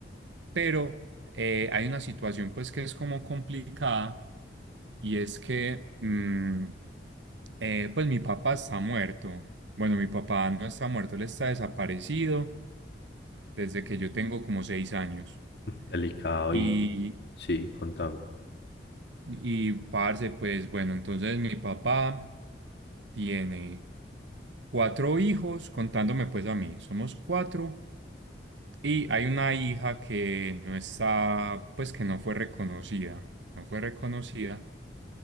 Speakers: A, on the right (about 85°); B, on the left (about 65°).
A: pero eh, hay una situación pues que es como complicada Y es que, mm, eh, pues mi papá está muerto. Bueno, mi papá no está muerto, él está desaparecido desde que yo tengo como seis años.
B: Delicado
A: Y,
B: y, y- sí, contame.
A: y parce, pues bueno, entonces mi papá tiene cuatro hijos, contándome pues a mí, somos cuatro. Y hay una hija que no está, pues que no fue reconocida, no fue reconocida.